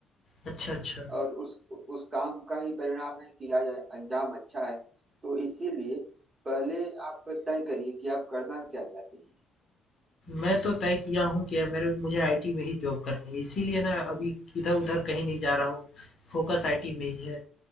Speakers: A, on the left; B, on the right.
A: अच्छा, अच्छा।
B: और उस उस काम का ही परिणाम है कि आज अंजाम अच्छा है तो इसीलिए पहले आप तय करिए कि आप करना क्या चाहते हैं
A: मैं तो तय किया हूँ कि मेरे मुझे आईटी में ही जॉब करनी है। इसीलिए ना अभी इधर-उधर कहीं नहीं जा रहा हूँ। फ़ोकस आईटी में ही है।